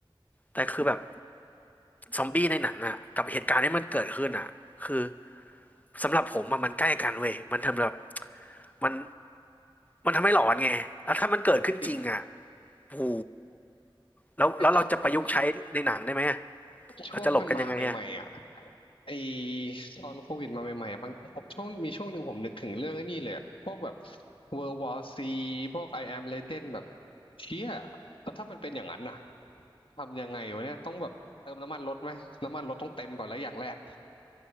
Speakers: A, on the left; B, on the left.
A: แต่คือแบบซอมบี้ในหนังอ่ะกับเหตุการณ์ที่มันเกิดขึ้นอ่ะคือสำหรับผมอะมันใกล้กันเว้ยมันทำแบบมันมันทำให้หลอนไงแล้วถ้ามันเกิดขึ้นจริงอ่ะ
B: จริง
A: โอ้โหแล้วแล้วเราจะประยุกต์ใช้ในหนังได้ไหม
B: ไอตอนแบบช่วงมันมาใหม่ๆอ่ะ
A: เราจะหลบกันยังไงอะ
B: ไอตอนโควิดมาใหม่ๆอะบางผมช่วงมีช่วงหนึ่งผมนึกถึงเรื่องไอ้นี่เลยอะพวกแบบ World War C พวก I Am Legend แบบเชี่ยแล้วถ้ามันเป็นอย่างนั้นน่ะทำยังไงวะเนี่ย ต้องแบบเติมน้ำมันรถไหม น้ำมันรถต้องเต็มก่อนแล้วอย่างแรก